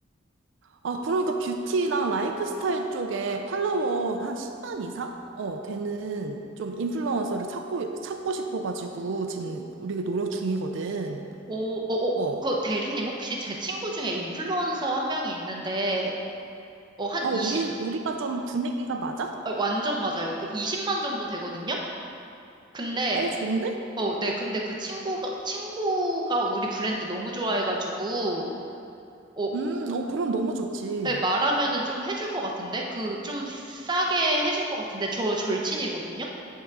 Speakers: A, on the right (about 65°); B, on the right (about 25°).
A: 아, 그러니까 뷰티랑 라이프스타일 쪽에 팔로워 한 10만 이상? 어, 되는 좀 인플루언서를 찾고, 찾고 싶어가지고, 지금 우리가 노력 중이거든.
B: 오, 어, 어,
A: 어,
B: 그 대리님 혹시 제 친구 중에 인플루언서 한 명이 있는데, 어, 한
A: 어, 우리,
B: 20,
A: 우리가 좀 분위기가 맞아?
B: 어, 완전 맞아요. 그 20만 정도 되거든요? 근데
A: 어, 좋은데?
B: 어, 네. 근데 그 친구가, 친구가 우리 브랜드 너무 좋아해가지고, 어,
A: 음, 어, 그럼 너무 좋지.
B: 네, 말하면은 좀 해줄 것 같은데? 그, 좀 싸게 해줄 것 같은데? 저 절친이거든요?